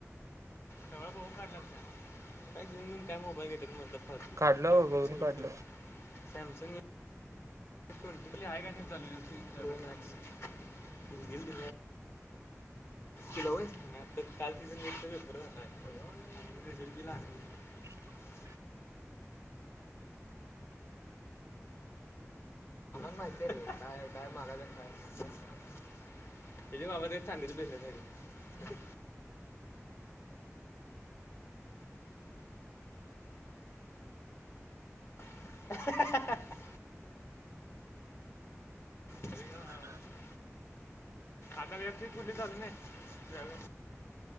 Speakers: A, on the left (about 50°); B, on the right (about 70°).
A: सगळं बघून काढलास काय? घेऊन घेऊन काय मोबाईल घेत्यात मर्दा. आयफोन
B: काढलं बघून
A: सेवेंटिन
B: काढलं
A: सॅमसंग पल्ली हायकी नाही चांगली व्य- दोन आठशे <unintelligible> तिला होय. आणि आता काल तिचा नीट चा पेपर झालाय. <unintelligible> अजून रिझल्ट बी लागला नाही.
B: <unintelligible>
A: <unintelligible> <unintelligible> माहितेय की. काय, काय मागायला न काय नाही. <unintelligible> ही च्या बाबाच चांदीच बिझनेस हाय रे. हेंये हेंये हेंये हेंये अरे का-
B: होय ना.
A: आता वेब चीच कुठली चालू नाही? चाल्